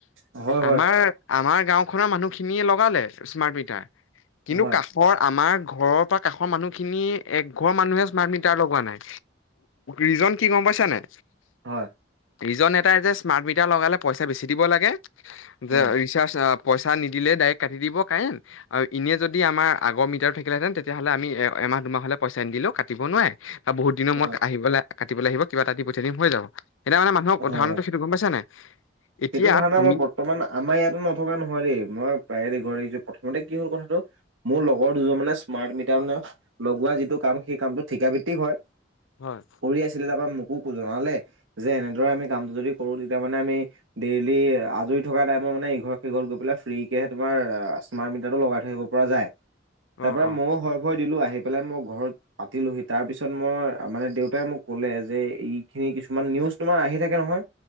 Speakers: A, on the right (about 85°); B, on the left (about 90°).
A: অ হয়
B: আমাৰ
A: হয়
B: আমাৰ গাওঁখনৰ মানুহখিনিয়ে লগালে স্মাৰ্ট মিটাৰ। কিন্তু
A: হয়
B: কাষৰ আমাৰ ঘৰৰ পৰা কাষৰ মানুহখিনি একঘৰ মানুহে স্মাৰ্ট মিটাৰ লগোৱা নাই। ৰিজন কি গম কৈছা নে
A: হয়।
B: ৰিজন এটাই যে স্মাৰ্ট মিটাৰ লগালে পইচা বেছি দিব লাগে যে
A: উম
B: ৰিচাৰ্জ অঁ পইচা নিদিলে ডাইৰেক্ট কাটি দিব কাৰেণ্ট আৰু এনে যদি আমাৰ আগৰ মিটাৰ থাকিলেতেন তেতিয়াহ'লে আমি এমাহ দুমাহলে পইচা নি দিলেও কাটিব নোৱাৰে বা বহুত দিনৰ
A: হয়
B: মূৰত
A: হয়।
B: আহিবলে কাটিবলৈ আহিবা কিবা এটা দি পঠিয়াই দিম হৈ যাব সেইটো কাৰণে মানুহক উ
A: হয়।
B: ধাৰণাটো সেইটো গম পাইছা নাই এতিয়া
A: সেইটো ধাৰণা
B: তুমি
A: মই বৰ্তমান আমাৰ ইয়াতো নথকা নহয় দেই। মই প্ৰায়ে দে ঘৰি প্ৰথমতে কি হ'ল কথাটো মোৰ লগৰ দুজন মানে স্মাৰ্ট মিটাৰ মানে লগোৱা যিটো কাম সেই কামটো ঠিকাভিত্তিক হয়।
B: হয়
A: কৰি আছিলে। তাৰ পৰা মোকো জনালে যে এনে আমি কামটো যদি কৰো তেতিয়া মানে আমি ডেইলি আজৰি থকা টাইমত মানে ইঘৰত-সিঘৰত গৈ পেলাই ফ্ৰীকে তোমাৰ স্মাৰ্ট মিটাৰটো লগাই থৈ আহিব পৰা যায়। তাৰ
B: অ অ
A: পৰা ময়ো হৰ-ভয় দিলো। আহি পেলাই মই ঘৰত পাতিলোহি। তাৰ পিছত মই মানে দেউতাই মোক ক'লে যে এইখিনি কিছুমান নিউজ তোমাৰ আহি থাকে নহয়